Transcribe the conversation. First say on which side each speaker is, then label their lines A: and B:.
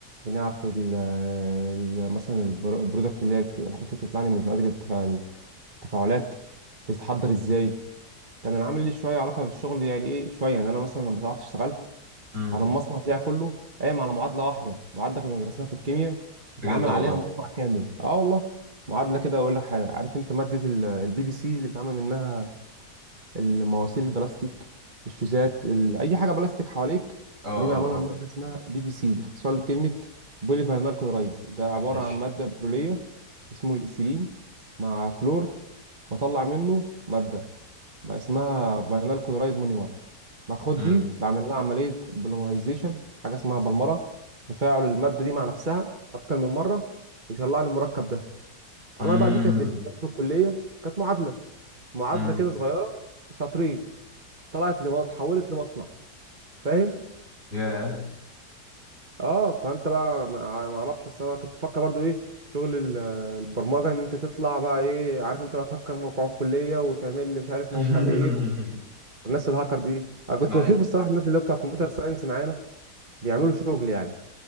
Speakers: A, on the right (about 30°); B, on the right (about 50°).
A: بنعرف ال... ال- مثلا البرو- البرودكت اللي هي الك- الحاجات اللي بتطلع لي من نتيجه التفاعل- التفاعلات بتتحضر ازاي كان العمل ليه شويه علاقه بالشغل يعني ايه شويه يعني انا مثلا لما طلعت اشتغلت
B: امم
A: عن المصنع بتاعي كله قايم على معادله واحده معادله كنا درسناها في الكيمياء اتعمل
B: بجد والله
A: عليها مصنع كامل اه والله معادله كده اقول لك حاجه عارف انت ماده البي في سي اللي بيتعمل منها المواسير البلاستيك الشوزات ال... اي حاجه بلاستيك حواليك
B: اه اه
A: دي معموله
B: اه
A: من ماده اسمها بي في سي اختصار لكلمه بولي فاينال كلورايد ده عباره
B: ماشي
A: عن ماده بتروليه اسمه الايثيلين مع كلور بطلع منه ماده بقى اسمها فاينال كلورايد مونيمر باخد
B: امم
A: دي بعمل لها عمليه بوليمرايزيشن حاجه اسمها بلمره تفاعل الماده دي مع نفسها اكتر من مره بيطلع لي المركب ده
B: امم
A: انا بقى دي كانت بالنسبه لي في الكليه كانت معادله معادله
B: امم
A: كده صغيره سطرين طلعت لمصنع اتحولت لمصنع فاهم
B: ياه
A: اه فانت بقى ما ما اعرفش اصل انا كنت بفكر برضو ايه شغل ال- البرمجه ان انت تطلع بقى ايه عارف انت بقى تهكر موقع الكليه وتعمل لي مش عارف
B: <laughs>
A: موقع ايه والناس الهاكر دي انا كنت
B: مع
A: بشوف
B: ان
A: الصراحه الناس اللي هو بتاع كمبيوتر ساينس معانا بيعملوا شغل يعني